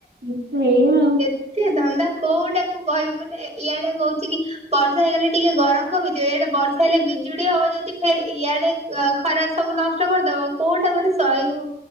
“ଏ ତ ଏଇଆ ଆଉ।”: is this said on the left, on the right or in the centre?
Right